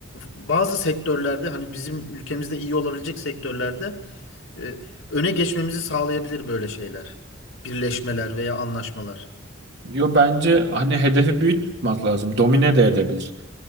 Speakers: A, on the left; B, on the right.
A: bazı sektörlerde hani bizim ülkemizde iyi olabilecek sektörlerde e, öne geçmemizi sağlayabilir böyle şeyler. Birleşmeler veya anlaşmalar.
B: Yo bence hani hedefi büyük tutmak lazım. Domine de edebilir.